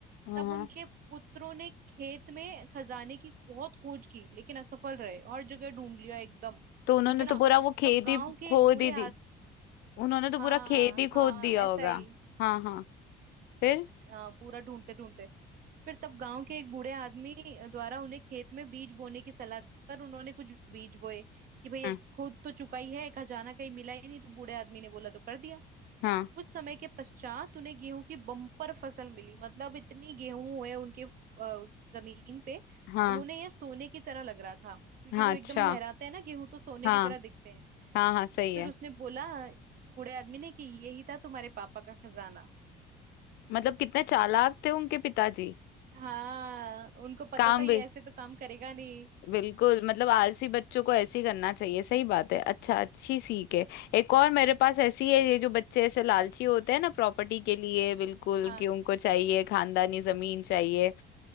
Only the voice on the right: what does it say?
तब
उनके पुत्रों ने खेत में खजाने की बहुत खोज की लेकिन असफल रहे हर जगह ढूंढ लिया एकदम
ठीक है
ना
तब गांव
के
एक बूढ़े
आद
हाँ
हाँ
ऐसा
ही
हाँ, पूरा ढूंढते ढूंढते फिर तब गांव के एक बूढ़े आदमी द्वारा उन्हें खेत में बीज बोने की सलाह दी, पर उन्होंने कुछ बीज बोए कि भाई
अब खुद तो चुका ही है खजाना कहीं मिला ही नहीं तो बूढ़े आदमी ने बोला तो कर दिया
कुछ समय के पश्चात उन्हें गेहूं की बम्पर फसल मिली मतलब इतनी गेहूं हुए उनके अ, जमीन पे
उन्होंने यह सोने की तरह लग रहा था क्योंकि
वो एकदम
लहराते हैं ना गेहूं तो सोने
की तरह दिखते हैं
फिर
उसने बोला बूढ़े आदमी ने कि यही था तुम्हारे पापा का खजाना
हाँ उनको पता
था ये
ऐसे तो काम करेगा नहीं
हाँ